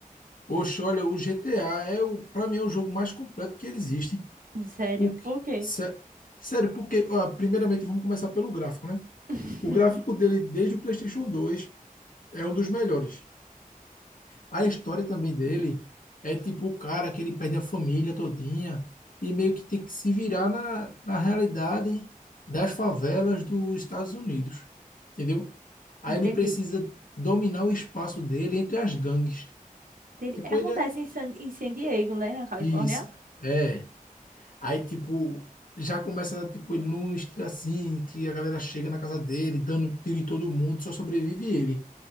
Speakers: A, on the left (about 70°); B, on the right (about 75°).
A: Oxe, olha, o GTA é o, para mim é o jogo mais completo que existe.
B: <laughs> Sério,
A: O
B: por
A: que-
B: quê?
A: sé- sério, porque ó, primeiramente vamos começar pelo gráfico, né?
B: <laughs>
A: O gráfico dele desde o PlayStation 2 é um dos melhores. A história também dele é tipo o cara que ele perde a família todinha e meio que tem que se virar na, na realidade das favelas dos Estados Unidos, entendeu? Aí
B: Entendi.
A: ele precisa dominar o espaço dele entre as gangues.
B: Entendi.
A: Tipo,
B: Acontece
A: ele é
B: em San, em San Diego, né, na Califórnia?
A: isso. É, Aí, tipo, já começa, tipo, ele num estilo assim, que a galera chega na casa dele, dando tiro em todo mundo, só sobrevive ele.